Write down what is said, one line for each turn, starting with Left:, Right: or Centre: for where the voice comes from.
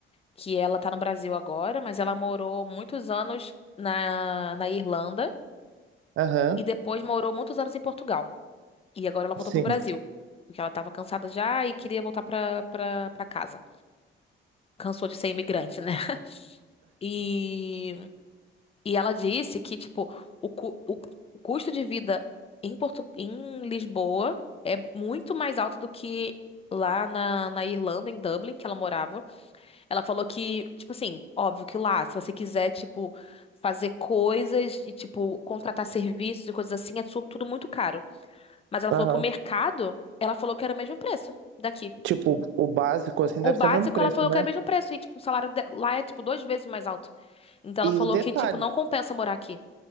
Left: que ela tá no Brasil agora, mas ela morou muitos anos na, na Irlanda
Right: Aham,
Left: e depois morou muitos anos em Portugal. E agora ela voltou
Right: sim.
Left: pro Brasil, porque ela tava cansada já e queria voltar pra, pra, pra casa. Cansou de ser imigrante, né? E E ela disse que, tipo, o, cu- o, o custo de vida em, Portu em Lisboa é muito mais alto do que lá na, na Irlanda, em Dublin, que ela morava. Ela falou que, tipo assim, óbvio que lá, se você quiser, tipo, fazer coisas e, tipo, contratar serviços e coisas assim, é tudo, tudo muito caro. Mas ela
Right: Aham.
Left: falou que o mercado, ela falou que era o mesmo preço daqui.
Right: Tipo, o básico, assim,
Left: O
Right: deve
Left: básico,
Right: ser o mesmo preço,
Left: ela falou
Right: né?
Left: que era o mesmo preço. E, tipo, o salário de- lá é, tipo, duas vezes mais alto. Então,
Right: E
Left: ela falou
Right: detalhe,
Left: que, tipo, não compensa morar aqui.